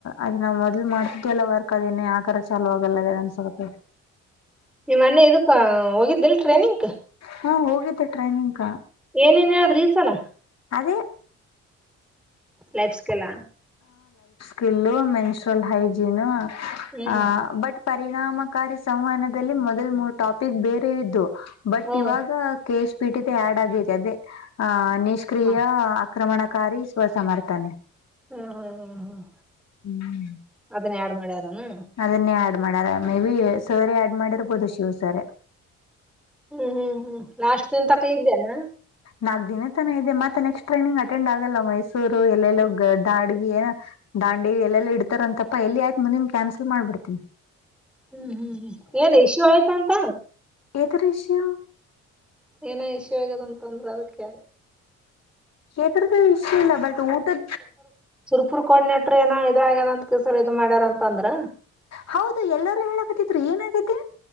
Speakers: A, on the left; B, in the centre.
A: ಅದ್ ನಾವ್ ಮೊದ್ಲು ಮಾಡ್ತಿದಲ್ಲ ವರ್ಕ್ ಅದೇನ್ನ ಯಾಕರ ಚಾಲೋ ಆಗಲ್ಲದ ಅನ್ಸತ
B: ನೀವ್ ಅನ್ನೆ ಇದಕ್ಕ ಹೋಗಿದ್ದಿಲ್ ಟ್ರೈನಿಂಗಕ್
A: ಹಾ ಹೋಗಿದ್ದೆ ಟ್ರೈನಿಂಗ್ ಕಾ
B: ಏನೇನ್ ಹೇಳದ್ರ ಈ ಸಲ
A: ಅದೇ
B: ಲೈಫ್ ಸ್ಕಿಲ್
A: ಕಿಿಲ್ಲು ಮೆನ್ಸುರಲ್ ಹೈಜೀನು
B: ಹ್ಮ್
A: ಹ ಬಟ್ ಪರಿಣಾಮಕಾರಿ ಸಂವಾದದಲ್ಲಿ ಮೊದಲ್ ಮೂರು ಟಾಪಿಕ್ ಬೇರೆ ಇದ್ದು ಬಟ್
B: ಹ್ಮ್
A: ಇವಾಗ ಕೇಶ್ ಪೀಟ್ಟಿದೆ ಆಡ್ ಆಗಿದೆ ಅದೇ ಆ ನಿಷ್ಕ್ರಿಯ
B: ಹ್ಮ್
A: ಆಕ್ರಮಣಕಾರಿ ವಿಶ್ವ ಸಮರ್ಥನೆ
B: ಹ್ಮ್ ಹ್ಮ್ ಹ್ಮ್ ಹ್ಮ್
A: ಹ್ಮ್
B: ಅದನ್ನ ಯಡ್ ಮಾಡ್ಯಾರನಾ
A: ಅದನ್ನೇ ಆಡ್ ಮಾಡಾರ ಮೇ ಬಿ ಸರಿ ಆಡ್ ಮಾಡಿರ್ಬೋದು ಶಿವ ಸರಿ
B: ಹ್ಮ್ ಹ್ಮ್ ಹ್ಮ್ ಲಾಸ್ಟ್ ದನ್ ತಕ ಇದ್ದೇಾನ
A: ನಾಕ್ ದಿನ ತನ ಇದೆ ಮತ್ತೆ ನೆಕ್ಸ್ಟ್ ಟ್ರೈನಿಂಗ್ ಅಟೆಂಡ್ ಆಗಲ್ಲ ಮೈಸೂರು ಎಲ್ಲೆಲ್ಲೋ ದಾಡ್ಗ ಏ ದಾಂಡೇ ಎಲ್ಲೆಲ್ಲಾ ಇಡ್ತಾರಂತಪ್ಪ ಎಲ್ಲಿ ಆಯ್ತು ಮುಂದಿನ ಕ್ಯಾನ್ಸಲ್ ಮಾಡ್ಬಿಡ್ತೀನಿ
B: ಹ್ಮ್ ಹ್ಮ್ ಹ್ಮ್ ಏನ್ ಇಶ್ಯೂ ಆಯ್ತ ಅಂತ
A: ಎದುರೇಷು
B: ಏನ ಇಷು ಆಗದ ಅಂತಂದ್ರೆ ಅದಕ್ಕೆಿ
A: ಯಡ್ರಾದು ಶಲ್ಲ ಬಟ್ ಊಟದ
B: ಕೂರ್ಡಿನೆಟರ್ ನಟ್ರ ಏನೋ ಇದ ಆ್ಯದ ಅಂತ ಚಕ್ಕಸರ್ ಇದು ಮಾಡ್ಯಾರ ಅಂತ ಅಂದ್ರ
A: ಹೌದು ಎಲ್ಲರೂ ಹೇಳಕತಿದ್ರು ಏನಾಗೈತಿ